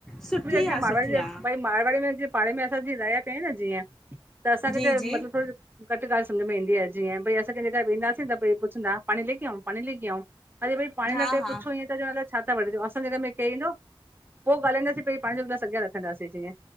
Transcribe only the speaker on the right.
जी
<unintelligible>
मारवाड़ी में जिअं पाणे में असां जिय रहिया पि आहियूं न जीअं त असांखे
त
मतलबु थोर घटि ॻाल्हि सम्झ में ईंदी आ जींय भई असांं केजे घर वेंदा से त भई पहरे पुछंदा, पानीं लेके आऊं पानीं ले आऊं? अरे भई पाणी
लाये पहरे
पुछो ईय <unintelligible> अलाएं छा प्या वठजो असांजे घर में केरु ईंदो पो ॻालाईंदीं पेरि पाणी जो गीलास अॻियां रख दासीं जीअं